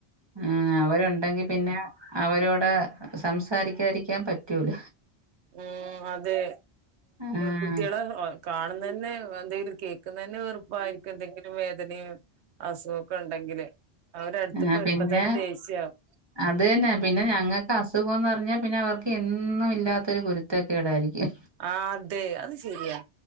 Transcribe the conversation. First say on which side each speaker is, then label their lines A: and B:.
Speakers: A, on the right; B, on the right.
A: ഉം അവരുണ്ടെങ്കി പിന്നെ അവരോട് സംസാരിക്കാതിരിക്കാൻ പറ്റൂല
B: ഉം അതെ
A: ആഹ്
B: കുട്ടികള് - കാണുന്നതന്നെ എന്തെങ്കിലും കേൾക്കുന്നെ തന്നെ വെറുപ്പായിരിക്കും എന്തെങ്കിലും വേദനയും- അസുഖവൊക്കെ ഉണ്ടെങ്കില് അവരടുത്തേക്ക്
A: ആഹ്
B: വരുമ്പോ
A: പിന്നെ
B: തന്നെ ദേഷ്യാവും
A: അത് തന്നെ പിന്നെ
B: ഉം
A: ഞങ്ങൾക്ക്- അസുഖം എന്ന്പറ്ഞ്ഞാ പിന്നെ അവർക്കെന്നും ഇല്ലാത്തൊരു കുരുത്തെക്കേടായിരിക്കും
B: ആതെ അത്ശരിയാ